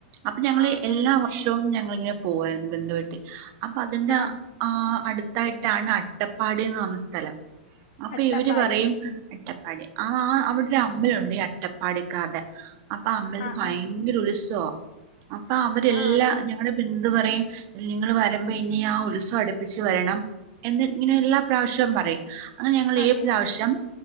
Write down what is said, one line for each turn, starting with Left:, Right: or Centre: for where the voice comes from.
Right: അപ്പൊ ഞങ്ങള്
Left: ആ
Right: എല്ലാ
Left: ആ
Right: വർഷവും ഞങ്ങളിങ്ങനെ പോവാരുന്നു ബന്ദു വീട്ടി അപ്പൊ അതിന്റെ
Left: ആ
Right: ആഹ് അടുത്തായിട്ടാണ് അട്ടപ്പാടിന്ന് പറഞ്ഞ സ്ഥലം അപ്പൊ
Left: അട്ടപ്പാടി
Right: ഇവര് പറയും
Left: ഉം
Right: അട്ടപ്പാടി ആഹ് ആഹ് അവിടൊരമ്പലൊണ്ട് ഈ അട്ടപ്പാടിക്കാർടെ അപ്പൊ അമ്പലത്തിൽ
Left: ആ
Right: ഭയങ്കര
Left: ആ
Right: ഉത്സവാ അപ്പൊ അവരെല്ലാ
Left: ആ ആ
Right: ഞങ്ങളെ ബിന്ദു പറയും നിങ്ങള് വരുമ്പോ ഇനി ആഹ് ഉത്സവടുപ്പിച്ച് വരണം എന്ന്ഇങ്ങനെ എല്ലാ പ്രാവശ്യവും പറയും അങ്ങ് ഞങ്ങളീ
Left: അതെ
Right: പ്രാവശ്യം